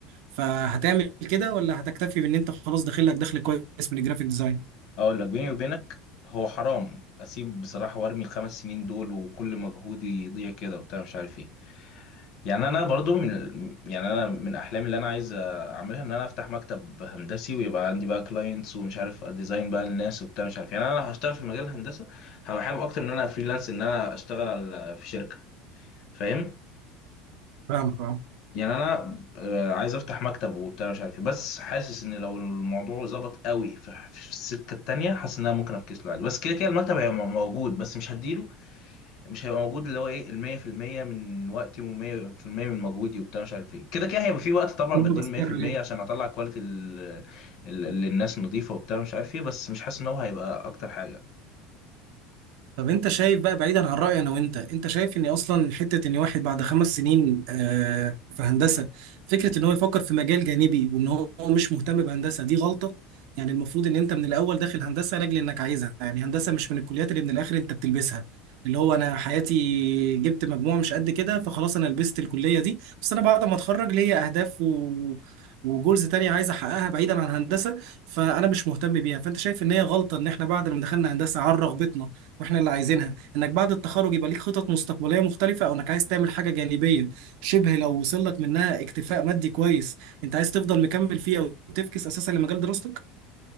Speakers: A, on the right (about 70°); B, on the left (about 55°).
A: فهتعمل كده ولا هتكتفي بان انت خلاص داخل لك دخل كويس من الجرافيك ديزاين
B: اقول لك بيني وبينك هو حرام اسيب بصراحه وارمي الخمس سنين دول وكل مجهودي يضيع كده وبتاع مش عارف ايه يعني انا برضو من يعني انا من احلامي اللي انا عايز اعملها ان انا افتح مكتب هندسي ويبقى عندي بقى كلاينتس ومش عارف ديزاين بقى الناس وبتاع مش عارف يعني انا هشتغل في مجال الهندسه هبقى حابب اكتر ان انا فريلانس ان انا اشتغل على- في شركه فاهم
A: فاهمك اه
B: يعني انا آه، عايز افتح مكتب وبتاع مش عارف إيه. بس حاسس ان لو الموضوع ظبط قوي في في السكه التانيه حاسس ان انا ممكن افكس له عادي بس كده كده المكتب هيبقى موجود بس مش هديله مش هيبقى موجود اللي هو ايه ال 100% من وقتي و100% من مجهودي وبتاع مش عارف ايه كده كده هيبقى في وقت طبعا
A: ده اللي
B: بديله
A: أنا بسألك
B: 100%
A: عليه
B: عشان اطلع كواليتي ال- ال- اللي الناس نظيفه وبتاع مش عارف ايه بس مش حاسس ان هو هيبقى اكتر حاجه
A: طب انت شايف بقى بعيدا عن رأيي انا وانت انت شايف ان اصلا حتة ان واحد بعد خمس سنين آه، في هندسة فكرة ان هو يفكر في مجال جانبي وان هو مش مهتم بهندسة دي غلطة يعني المفروض ان انت من الاول داخل هندسة لاجل انك عايزها يعني هندسة مش من الكليات اللي من الاخر انت بتلبسها اللي هو انا حياتي جبت مجموع مش قد كده فخلاص انا لبست الكلية دي بس انا بعد ما اتخرج ليا اهداف و... وجولز تانية عايز احققها بعيدا عن هندسة فانا مش مهتم بيها فانت شايف ان هي غلطة ان احنا بعد ما دخلنا هندسة عن رغبتنا واحنا اللي عايزينها انك بعد التخرج يبقى ليك خطط مستقبليه مختلفه او انك عايز تعمل حاجه جانبيه شبه لو وصل لك منها اكتفاء مادي كويس انت عايز تفضل مكمل فيه او تفكس اساسا لمجال دراستك